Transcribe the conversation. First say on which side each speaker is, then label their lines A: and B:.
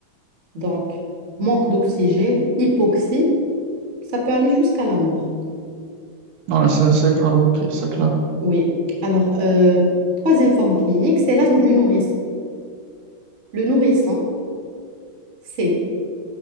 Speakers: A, on the right; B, on the right.
A: Donc, manque d'oxygène, hypoxie, ça peut aller jusqu'à la mort.
B: c'est c'est grave. Ok, c'est clair.
A: Oui. Alors, euh, troisième forme clinique, c'est l'asthme du nourrisson. Le nourrisson, c'est